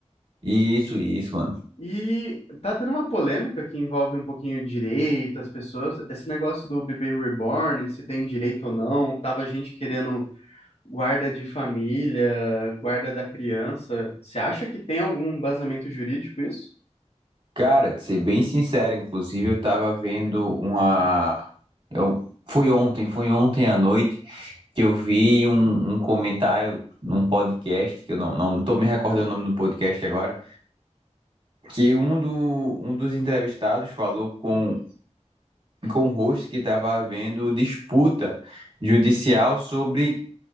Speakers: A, on the right; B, on the left.
A: Isso, isso, mano.
B: E tá tendo uma polêmica que envolve um pouquinho direito, as pessoas, esse negócio do bebê reborn, se tem direito ou não, tava gente querendo guarda de família, guarda da criança. Você acha que tem algum embasamento jurídico isso?
A: Cara, de ser bem sincero, inclusive, eu tava vendo uma. Eu... fui ontem, fui ontem à noite. que eu vi um, um comentário num podcast, que eu não, não tô
B: Uhum.
A: me recordando o nome do podcast agora, que um, do, um dos entrevistados falou com, com o host que estava havendo disputa judicial sobre